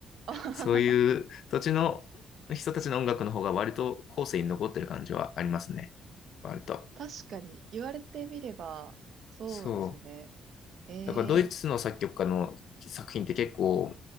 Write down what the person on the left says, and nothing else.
そういう土地の人たちの音楽の方が割と後世に残ってる感じはありますね。割と。
そう。
だからドイツの作曲家の作品って結構